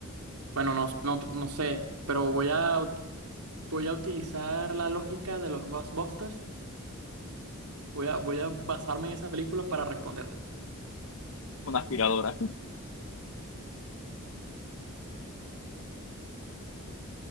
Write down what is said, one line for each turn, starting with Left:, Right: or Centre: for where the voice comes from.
Right: bueno, no, no, no sé, pero voy a, voy a utilizar la lógica de los Ghostbusters. Voy a, voy a basarme en esa película para responderte.
Left: Una aspiradora. <laughs>